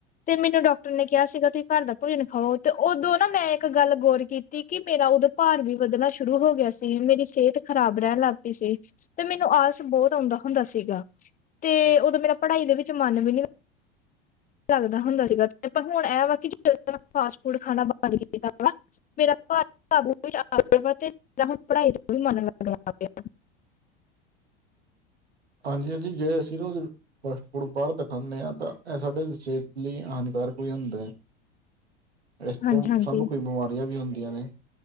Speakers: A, on the left; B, on the right.
A: ਤੇ ਮੈਨੂੰ ਡਾਕਟਰ ਨੇ ਕਿਹਾ ਸੀਗਾ ਤੁਸੀਂ ਘਰ ਦਾ ਭੋਜਨ ਖਾਓ ਤੇ ਉਦੋਂ ਨਾ ਮੈਂ ਇੱਕ ਗੱਲ ਗੌਰ ਕੀਤੀ, ਕਿ ਮੇਰਾ ਉਦਾ ਭਾਰ ਵੀ ਵੱਧਣਾ ਸ਼ੁਰੂ ਹੋ ਗਿਆ ਸੀ, ਮੇਰੀ ਸਿਹਤ ਖ਼ਰਾਬ ਰਹਿਣ ਲੱਗ ਪਈ ਸੀ। ਤੇ ਮੈਨੂੰ ਆਲਸ ਬਹੁਤ ਆਉਂਦਾ ਹੁੰਦਾ ਸੀਗਾ, ਤੇ ਉਦੋਂ ਮੇਰਾ ਪੜ੍ਹਾਈ ਦੇ ਵਿੱਚ ਮਨ ਵੀ ਨੀ ਲੱਗਦਾ ਹੁੰਦਾ ਸੀਗਾ, ਤੇ ਪਰ ਹੁਣ ਇਹ ਵਾ ਕਿ ਜਿੱਦਾਂ ਜਿੱਦਾਂ ਮੈਂ ਫਾਸਟ ਫੂਡ ਖਾਣਾ ਬੰਦ ਕੀਤਾ ਵਾ ਮੇਰਾ ਭਾਰ ਆ ਵਾ, ਤੇ ਮੇਰਾ ਹੁਣ ਪੜ੍ਹਾਈ 'ਚ ਵੀ ਮਨ ਲਗਦਾ ਪਿਆ।
B: ਹਾਂਜੀ ਹਾਂਜੀ, ਜੇ ਅਸੀ ਰੋਜ਼ ਫਾਸਟ ਫੂਡ ਬਾਹਰ ਦਾ ਖਾਂਦੇ ਹਾਂ, ਤਾਂ ਇਹ ਸਾਡੇ ਸਿਹਤ ਲਈ ਹਾਨੀਕਾਰਕ ਵੀ ਹੁੰਦਾ ਹੈ। ਇਸ
A: ਹਾਂਜੀ
B: ਤੋਂ
A: ਹਾਂਜੀ
B: ਸਾਨੂੰ, ਕੋਈ ਬਿਮਾਰੀਆਂ ਵੀ ਹੁੰਦੀਆਂ ਨੇ।